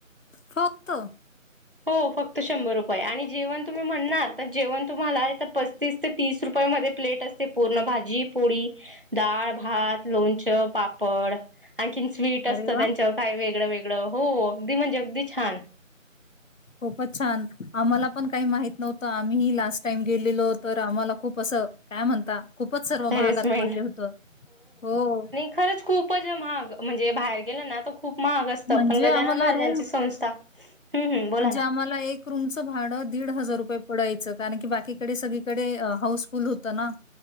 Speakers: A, on the left; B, on the right.
A: फक्तं
B: हो फक्तं शंभर रुपये आणि जेवणं तुम्हीं म्हणणांर तरं जेवणं तुम्हांला तरं पस्तीस ते तीस रुपयां मध्यें प्लेट असं पूर्ण भाजी पोळी डाळं भांत लोणचं पापड आंणखीन स्वीट
A: अरे
B: असतं
A: वा
B: त्यांच्यावरं कायं वेगळं वेगळं हो अगदीं म्हणजे अगदी छांन
A: खूपचं छांन आम्हांला पणं कांहीं माहित नव्हतं आम्हीं लास्टं टाईम गेलेलो तरं आम्हांला खूंप असं कायं म्हणतां खूपचं सर्व महागांत
B: हॅरेसमेंट
A: पडले होतं हो
B: खरंच खूपचं महांग म्हणजे बाहेर गेलं नां तरं खूंप महांग असतं
A: म्हणजे
B: पणं गजानन
A: आम्हाला
B: महाराजांची
A: रूम
B: संस्था हम्म हम्म बोला
A: म्हणजे
B: ना
A: आम्हांला एक रूमचं भाडं दीड हजांर रुपये डायचं कारणं की बाकीकडे सगळींकडे हाऊसफुल होतं नां